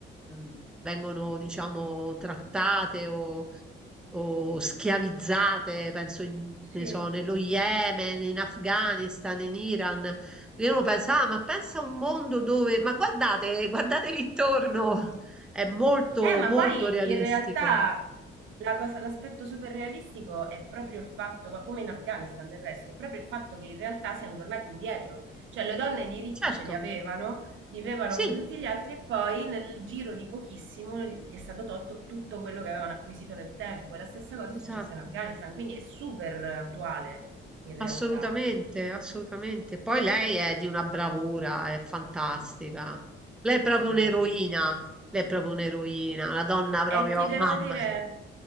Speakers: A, in the centre; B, on the right.
A: mm, vengono, diciamo, trattate o, o schiavizzate, penso in- che
B: sì.
A: ne so,
B: Eh,
A: nello Yemen, in Afghanistan, in Iran. Io non pensavo, "Ah, ma pensa a un mondo dove, ma guardate, guardate lì intorno. È molto,
B: ma
A: molto
B: poi
A: realistico.
B: in realtà la cosa- l'aspetto super realistico è proprio il fatto, ma come in Afghanistan del resto, è proprio il fatto che in realtà siano tornati indietro. Cioè le donne i diritti
A: Certo,
B: ce li avevano, vivevano
A: sì,
B: come tutti gli altri e poi nel giro di pochissimo gli è stato tolto tutto quello che avevano acquisito nel tempo. E la stessa cosa
A: esatto,
B: è successa in Afghanistan, quindi è super attuale in realtà.
A: assolutamente, assolutamente. Poi lei è di una bravura, è fantastica. Lei è proprio
B: Sì,
A: un'eroina,
B: mi-
A: lei è proprio un'eroina, una donna proprio
B: e ti devo
A: mamma.
B: dire,